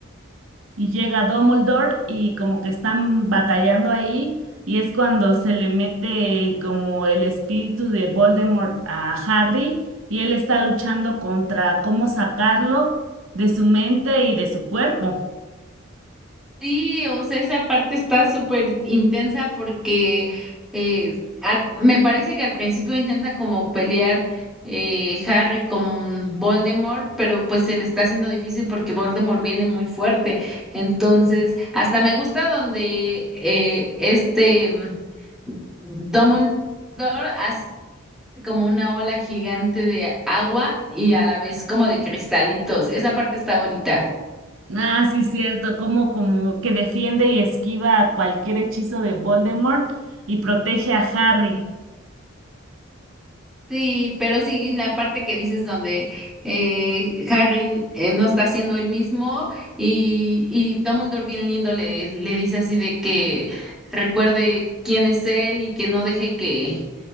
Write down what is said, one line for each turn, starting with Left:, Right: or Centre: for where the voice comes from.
Right: y llega Dumbledore y como que están batallando ahí y es cuando se le mete como el espíritu de Voldemort a Harry y él está luchando contra cómo sacarlo de su mente y de su cuerpo.
Centre: Sí, o sea, esa parte está súper intensa porque eh, al- me parece que al principio intenta como pelear eh, Harry con Voldemort, pero pues se le está haciendo difícil porque Voldemort viene muy fuerte. Entonces, hasta me gusta donde eh, este mm, Dumbledore hace como una ola gigante de agua y a la vez como de cristalitos. Esa parte está bonita.
Right: Ah, sí, cierto, como, como que defiende y esquiva cualquier hechizo de Voldemort y protege a Harry.
Centre: Sí, pero sí, la parte que dices donde eh, Harry eh, no está siendo el mismo y, y Dumbledore bien lindo le, le dice así de que recuerde quién es él y que no deje que,